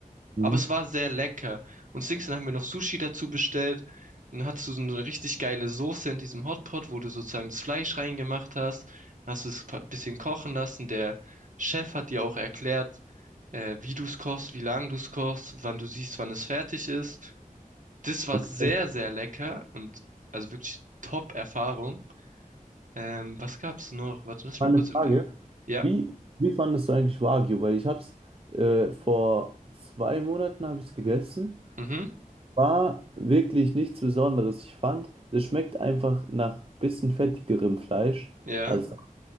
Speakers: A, on the right; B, on the right.
A: Mhm.
B: Aber es war sehr lecker. Und Dings, dann haben wir noch Sushi dazu bestellt. Dann hattest du so eine richtig geile Soße in diesem Hotpot, wo du sozusagen das Fleisch reingemacht hast. Dann hast du es ein bisschen kochen lassen. Der Chef hat dir auch erklärt, äh, wie du es kochst, wie lange du es kochst, wann du siehst, wann es fertig ist. Das war
A: Okay.
B: sehr, sehr lecker und also wirklich Top-Erfahrung. Ähm, was gab's noch? Warte, lass
A: Mal
B: mich mal kurz
A: eine
B: überlegen.
A: Frage.
B: Ja,
A: Wie, wie fandest du eigentlich Wagyu? Weil ich habe es äh, vor zwei Monaten habe ich es gegessen.
B: mhm,
A: War wirklich nichts Besonderes. Ich fand, es schmeckt einfach nach bisschen fettigerem Fleisch
B: ja.
A: als.